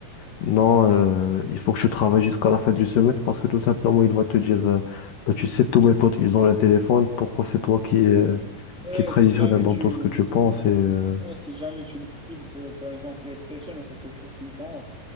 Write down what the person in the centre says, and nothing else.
Ouais,
si jamais
tu,
Ouais, si jamais tu le prives de, par exemple, PlayStation ou quelque chose du genre,